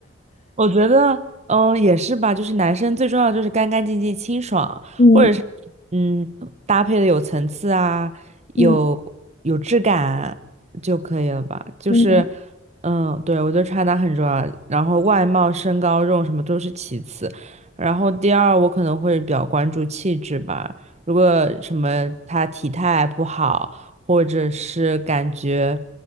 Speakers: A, on the right; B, on the left.
A: 我觉得，嗯，也是吧，就是男生最重要的就是干干净净、清爽，
B: 嗯
A: 或者是嗯，搭配的有层次啊，有有质感就可以了吧。
B: 嗯
A: 就是，
B: 嗯，
A: 嗯，对，我觉得穿搭很重要，然后外貌、身高、这种什么都是其次，然后第二我可能会比较关注气质吧。如果什么他体态不好，或者是感觉